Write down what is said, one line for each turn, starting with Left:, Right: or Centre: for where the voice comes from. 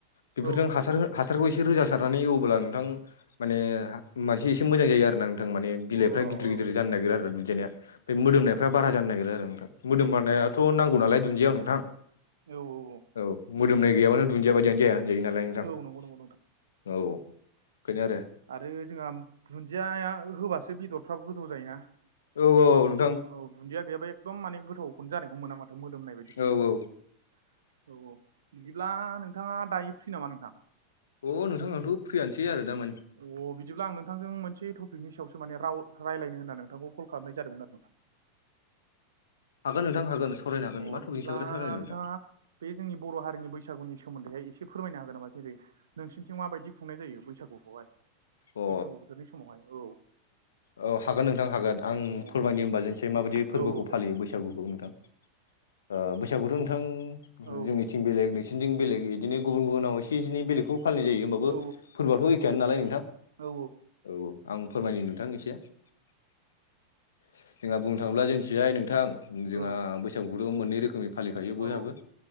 Left: बेफोरजों
Right: औ
Left: हासार हो हासारखौ एसे रोजा सारनानै एवब्ला नोंथां माने मोनसे एसे मोजां जायो आरोना नोंथां माने बिलाइफ्रा
Right: औ औ
Left: गिदिर
Right: औ
Left: गिदिर गिदिर जानो नागिरो आरो बेदिनो बे मोदोमनायफ्रा बारा जानो नागिरो ओमफ्राय मोदोम माननायाथ' नां नांगौ नालाय दुनदियायाव नोंथां।
Right: औ औ।
Left: औ मोदोमनाय गैयाबानो दुन्दिया बायदियानो जाया होनजायो नालाय नोंथां
Right: औ नंगौ नंगौ
Left: औ। खायनो आरो।
Right: आरो जोंआम धुन्दिया होबासो बेदरफ्राबो गोथाव जायोना
Left: औ-औ <unintelligible>
Right: औ धुन्दिया गैयाबा एकदम माने गोथावखौनो जानायखौ मोना माथो मोदोमनाय बायदिखौ
Left: औ
Right: मोना
Left: औ
Right: माथो औ-औ बिदिब्ला नोंथाङा दायो फ्रि नामा नोंथां?
Left: अ नोंथां आंथ' फ्रियानोसै आरो दामानि
Right: अह बिदिब्ला आं नोंथांजों मोनसे थपिकनि सायावसो माने राव रायलायनो होननानै नोंथांखौ खल खालामनाय जादोंमोन आरो नोंथां।
Left: हागोन नोंथां हागोन सारायनो हागोन
Right: अ
Left: मा
Right: बिदिब्ला
Left: थपिकनि सायाव सावरायनो
Right: नोंथाङा
Left: नोंथां?
Right: बे जोंनि बर' हारिनि बैसागुनि सोमोन्दैहाय एसे फोरमायनो हागोन नामा जेरै नोंसिनिथिं माबायदि खुंनाय जायो बैसागुखौहाय
Left: अ
Right: बैसागु बोथोरनि समावहाय औ।
Left: औ हागोन नोंथां हागोन आं
Right: औ
Left: फोरमायनो होमबा जोंनिथिंजाय माबायदि फोरबोखौ
Right: औ औ दे
Left: फालियो बैसागुखौ नोंथां। ओ बैसागौथ' नोंथां
Right: औ
Left: <unintelligible> जोंनि थिं बेलेग नोंसिनिथिं बेलेग इदिनो गुबुन गुबुनाव एसे एनै बेलेगखौ फालिनाय जायो। ओमबाबो
Right: औ
Left: फोरबोआथ' एखेयानो नालाय नोंथां
Right: औ
Left: औ-औ आं फोरमायनि नोंथां एस <unintelligible> जोंहा बुंनो थाङोब्ला जोंनिथिंजाय नोंथां जोंहा
Right: औ
Left: बैस सागुखौथ' मोननै रोखोमै फालिखायो बयहाबो
Right: औ